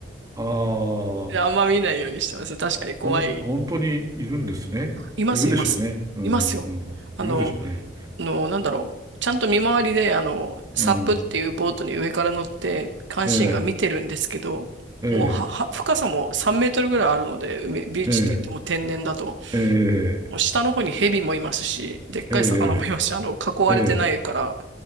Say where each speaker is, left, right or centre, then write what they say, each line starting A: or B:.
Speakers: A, on the right; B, on the right.
A: ああ、
B: であんま見ないようにしてます。確かに怖い。
A: ほん、本当にいるんですね。
B: います、
A: いるでしょうね。
B: います。
A: うん、
B: いますよ。
A: うん、
B: あの、
A: いるでしょうね。
B: あの、なんだろう。ちゃんと見回りで、あの、サップっていうボートに上から乗って、
A: うん、
B: 監視員が見てるんですけど、
A: ええ、ええ、
B: もうは、は深さも3メートルぐらいあるので、海、ビーチって言っても天然だと、
A: ええ、ええ、
B: もう下の方にヘビもいますし、でっかい魚もいますし、
A: ええ、
B: あの、囲われてないから、
A: ええ、